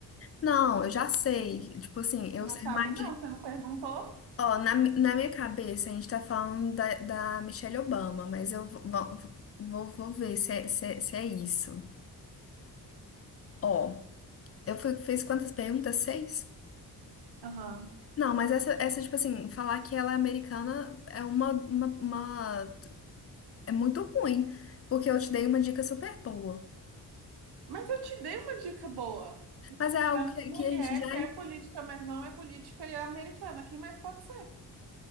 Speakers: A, on the left; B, on the right.
A: Não, eu já sei. Tipo assim, eu
B: Não
A: imagino.
B: sabe, não, você não perguntou?
A: Ó, na, mi- na minha cabeça a gente tá falando da, da Michelle Obama, mas eu vou, vou, vou ver se é, se é, se é isso. Ó, eu fui, fiz quantas perguntas? Seis?
B: Aham.
A: Não, mas essa, essa, tipo assim, falar que ela é americana é uma, uma, uma- É muito ruim, porque eu te dei uma dica super boa.
B: Mas eu te dei uma dica boa.
A: Mas é algo
B: É uma
A: que,
B: mulher
A: que a gente já.
B: que é política, mas não é política e é americana. Quem mais pode ser?